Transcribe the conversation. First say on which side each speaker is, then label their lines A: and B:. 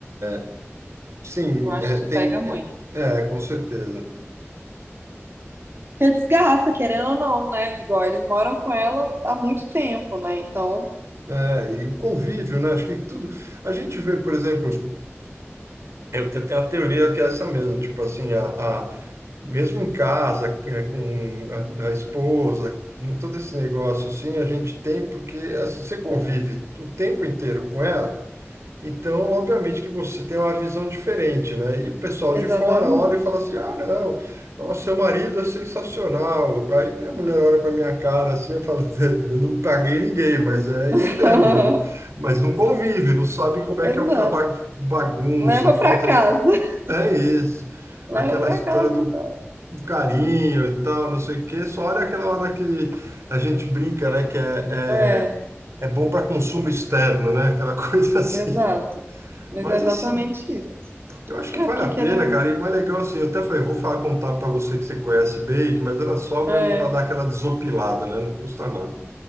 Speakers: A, on the right; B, on the right.
A: é, sim,
B: Eu acho
A: é,
B: que isso
A: tem.
B: pega muito.
A: é, é, com certeza.
B: Porque desgasta, querendo ou não, né? Igual eles moram com ela há muito tempo, né? Então,
A: É, é, e o convívio, né? Acho que tudo. A gente vê, por exemplo, eu te- tenho a teoria que é essa mesmo, tipo assim, a, a- mesmo em casa, que é com a, a esposa, né, todo esse negócio assim, a gente tem porque assim, você convive o tempo inteiro com ela. Então, obviamente que você tem uma visão diferente, né? E o pessoal
B: exatamente.
A: de fora olha e fala assim: ah, não, nossa, seu marido é sensacional. Aí minha mulher olha para minha cara assim e fala: <laughs> eu não paguei ninguém, mas é
B: <laughs>
A: isso mesmo, né? Mas não convive, não sabe como é
B: Exato.
A: que é o ca- ba- bagunça,
B: Leva
A: a falta
B: pra casa.
A: de.
B: <laughs>
A: É isso,
B: Leva
A: aquela
B: pra
A: história
B: casa,
A: do
B: então.
A: carinho e tal, não sei o quê. Só olha aquela hora que a gente brinca, né? Que é,
B: É,
A: é, é bom para consumo externo, né? Aquela <laughs> coisa assim.
B: exato. Mas
A: Mas
B: é exatamente
A: assim,
B: isso.
A: eu acho que
B: É,
A: vale
B: porque
A: a
B: querendo.
A: pena, cara. E o mais legal, assim, eu até falei, vou falar contar para você que você conhece bem, mas era só
B: É.
A: mesmo para dar aquela desopilada, né? Não custa nada.